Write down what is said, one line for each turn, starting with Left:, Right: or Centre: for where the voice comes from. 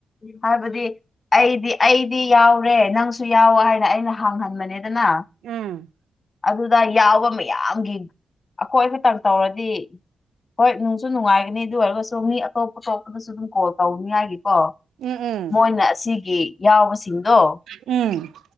Left: ꯍꯥꯏꯕꯗꯤ ꯑꯩꯗꯤ ꯑꯩꯗꯤ ꯌꯥꯎꯔꯦ ꯅꯪꯁꯨ ꯌꯥꯎ ꯍꯥꯏꯅ ꯑꯩꯅ ꯍꯥꯡꯍꯟꯕꯅꯤ ꯗꯅ
Right: ꯎꯝ
Left: ꯑꯗꯨꯗ ꯌꯥꯎꯕ ꯃꯌꯥꯝꯒꯤ ꯑꯩꯈꯣꯏ ꯈꯠꯇꯪ ꯇꯧꯔꯗꯤ ꯍꯣꯏ ꯅꯨꯡꯁꯨ ꯅꯨꯡꯉꯥꯏꯒꯅꯤ ꯑꯗꯨ ꯑꯣꯏꯔꯒꯁꯨ ꯃꯤ ꯑꯇꯣꯞ ꯑꯇꯣꯞꯄꯗꯁꯨ ꯗꯨꯝ ꯀꯣꯜ ꯇꯧꯅꯤꯉꯥꯏꯒꯤꯀꯣ꯫
Right: ꯎꯝ ꯎꯝ
Left: ꯃꯣꯏꯅ ꯑꯁꯤꯒꯤ ꯌꯥꯎꯕꯁꯤꯡꯗꯣ꯫
Right: ꯎꯝ